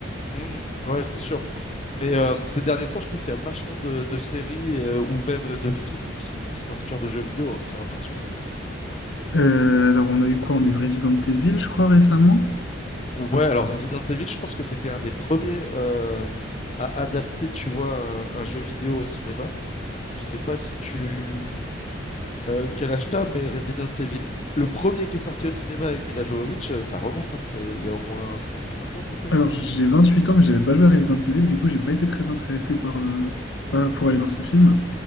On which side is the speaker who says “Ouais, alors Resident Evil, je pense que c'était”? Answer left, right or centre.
Left